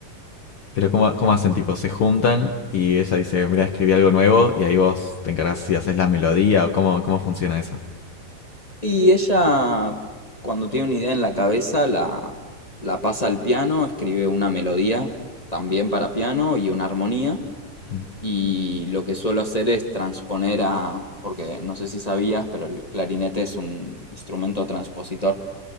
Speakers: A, on the left; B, on the left.
A: Pero ¿cómo, cómo hacen? Tipo, se juntan y ella dice, mira, escribí algo nuevo y ahí vos te encargás si haces la melodía o cómo, cómo funciona eso.
B: Y ella, cuando tiene una idea en la cabeza, la, la pasa al piano, escribe una melodía también para piano y una armonía.
A: Mm,
B: Y lo que suelo hacer es transponer a, porque no sé si sabías, pero el clarinete es un instrumento transpositor.